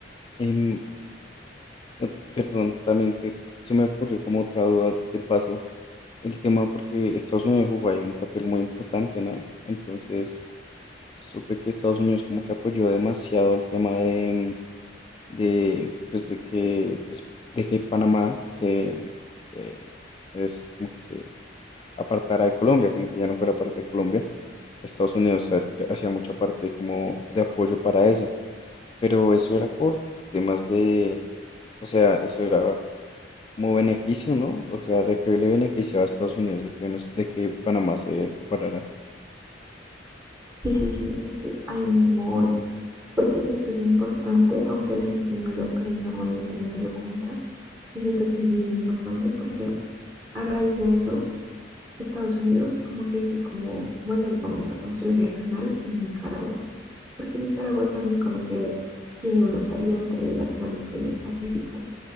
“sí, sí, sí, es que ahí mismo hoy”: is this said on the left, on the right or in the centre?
Right